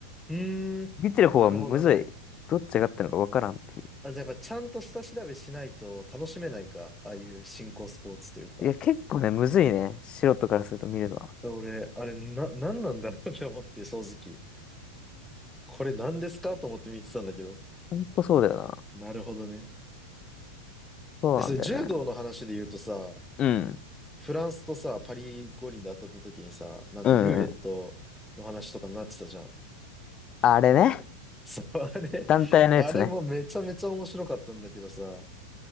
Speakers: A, in the centre; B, on the left.
A: うーん。
B: 見てる方はむずい。
A: なるほどね。
B: どっちがってるのかわからんってい
A: あ、じゃあやっぱちゃんと下調べしないと楽しめないか。ああいう新興スポーツというか。
B: う。いや、結構ね、むずいね。素人からすると見るのは。
A: 俺、あれ、な、なんなんだろうって思って、正直。これ何ですかと思って見てたんだけど。
B: ほんとそうだよな。
A: なるほどね。
B: そうなんだよね。
A: え、それ柔道の話で言うとさ、
B: うん。
A: フランスとさ、パリ五輪で当たった時にさ、なんかルーレットの話とかになってたじゃん。
B: うんうん。あれね。
A: <laughs> そう、あれ、
B: 団体のやつね。
A: あれもめちゃめちゃ面白かったんだけどさ、